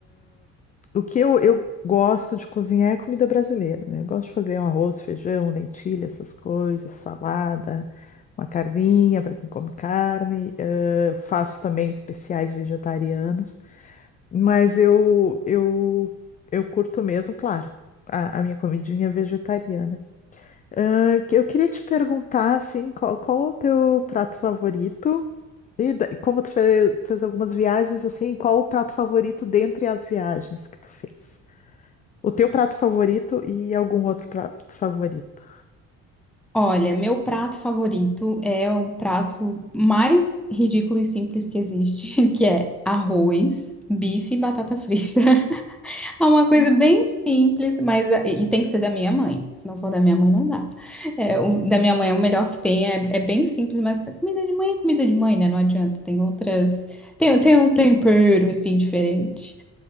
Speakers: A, on the left; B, in the centre.
A: O que eu, eu gosto de cozinhar é comida brasileira, né? Eu gosto de fazer um arroz, feijão, lentilha, essas coisas, salada, uma carninha para quem come carne. eh, faço também especiais vegetarianos, mas eu eu eu curto mesmo, claro, a, a minha comidinha vegetariana. Ah, que eu queria te perguntar, assim, qual, qual o teu prato favorito? E da- e como tu fez, fez algumas viagens, assim, qual o prato favorito dentre as viagens que tu fez? O teu prato favorito e algum outro prato favorito?
B: Olha, meu prato favorito é o prato mais ridículo e simples que existe, <laughs> que é arroz, bife e batata frita. É uma coisa
A: Hum.
B: bem simples, mas é, e tem que ser da minha mãe. Se não for da minha mãe, não dá. É, o da minha mãe é o melhor que tem, é, é bem simples, mas a comida de mãe é comida de mãe, né? Não adianta. Tem outras. Tem, tem um tempero, assim, diferente.